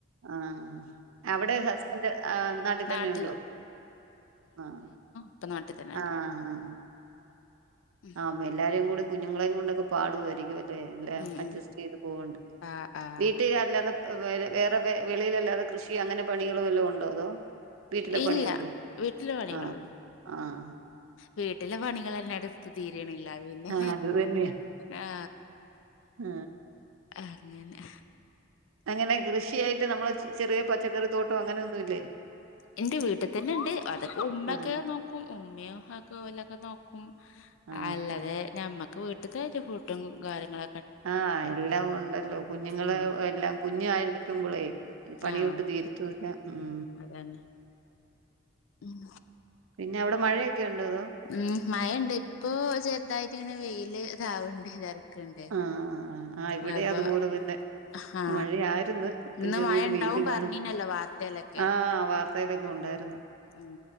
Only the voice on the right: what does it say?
ആഹ് അവടെ ഹസ്ബൻഡ് ആഹ് നാട്ടി തന്നെ
ഉണ്ടോ ആഹ്.
ആഹ് ആഹ്
ആ എല്ലാരും കൂടി കുഞ്ഞുങ്ങളെയും കൊണ്ടൊക്കെ പാടുവായിരിക്കും ട്ട് ല്ലെ
അഡ്ജസ്റ്റൈയ്ത് പോവ്ണ്ട്
വീട്ടിലെല്ലാ വേറെ വേറെ വെ വെളിയിലല്ലാതെ കൃഷി അങ്ങനെ പണികള് വല്ലോം ഉണ്ടോ അതോ വീട്ടിലെ
പണിയൊള്ളു
ആഹ് ആഹ്
ആ അത് തന്നെ
ആ
അങ്ങനെ കൃഷിയായിട്ട് നമ്മള് ചെറിയ പച്ചക്കറി തോട്ടം അങ്ങനെയൊന്നുല്ലേ
ആ
ആഹ്
ആഹ് എല്ലാം ഉണ്ടല്ലോ കുഞ്ഞുങ്ങള്
എല്ലാം കുഞ്ഞ് ആയിരിക്കുമ്പളേ പണിയൊട്ടും
തീരത്തുല്ലാ ഉം
പിന്നെ അവടെ മഴയൊക്കെ ഉണ്ടോ അതോ
ആഹ് ആഹ് ആഹ് ഇവിടെ
അതുപോലെ തന്നെ
മഴയായിരുന്നു ഇപ്പം
ചെറിയൊരു
വെയില് കാണും
ആഹ് വാർത്തയിലൊക്കെ ഉണ്ടായിരുന്നു